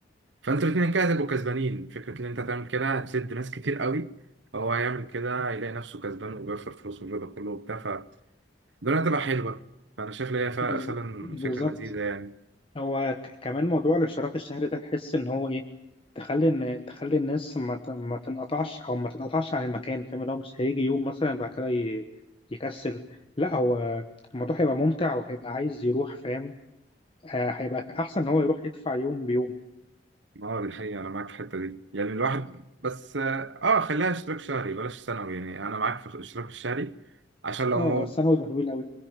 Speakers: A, on the right; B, on the left.
A: فانتوا الاثنين كده هتبقوا كسبانين فكره ان انت تعمل كده هتسد ناس كتير قوي فهو هيعمل كده يلاقي نفسه كسبان وبيخسر فلوس والرضا كله وبتاع فالدنيا هتبقى حلوه فانا شايف ان هي فع-
B: بز-
A: فعلا
B: بالظبط
A: فكره لذيذه يعني
B: هو ك- كمان موضوع الاشتراك الشهري ده تحس ان هو ايه تخلي ان تخلي الناس ما ت- ما تنقطعش او ما تتقطعش عن المكان فاهم اللي هو مش هيجي يوم مثلا بعد كده ي- يكسل لا هو الموضوع هيبقى ممتع وهيبقى عايز يروح فاهم آه، هيبقى احسن ان هو يروح يدفع يوم بيوم
A: اه دي حقيقه انا معاك في الحته دي يعني الواحد بس اه خليها اشتراك شهري بلاش سنوي يعني انا معاك في الاشتراك الشهري عشان لو
B: اه
A: مو...
B: السنه يبقى طويل قوي